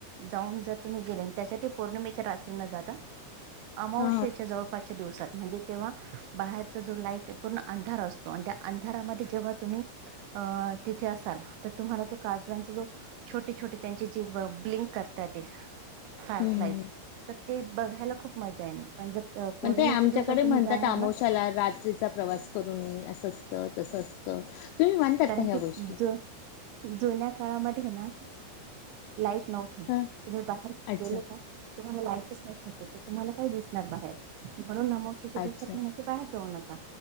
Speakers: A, on the right (about 85°); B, on the left (about 85°).
A: जाऊन जर तुम्ही गेले त्याच्यात पौर्णिमेच्या रात्री न जाता अमावशेच्या
B: हा
A: जवळपासच्या दिवसांत म्हणजे तेव्हा बाहेरचा जो लाईट पूर्ण अंधार असतो आणि त्या अंधारामध्ये जेव्हा तुम्हीं अ तिथे असाल तर तुम्हाला त काजवांचा जो छोटे छोटे त्यांचे जे ब्लिंक करता ते
B: हम्म
A: फायरफ्लाईज तर ते बघायला खूप मजा येणार पण जर पौर्णिमेच्या
B: पण ते आमच्याकडे
A: दिवसात तुम्ही
B: म्हणतात
A: जाणार
B: आमोशाला
A: ना
B: रात्रीचा प्रवास करून नाई असं असतं, तसं असतं तुम्ही मानतात
A: कारण
B: का ह्या
A: की
B: गोष्टी
A: जु जुन्या काळामध्ये ना लाईट नव्हते, तुम्ही
B: हा
A: बाहेर
B: अच्छा
A: गेले का तुम्हांला लाईट <unintelligible> तुम्हाला काय दिसणार बाहेर म्हणून आमोशेच्या
B: अच्छा
A: दिवसात म्हणे ते बाहेर जाऊ नका.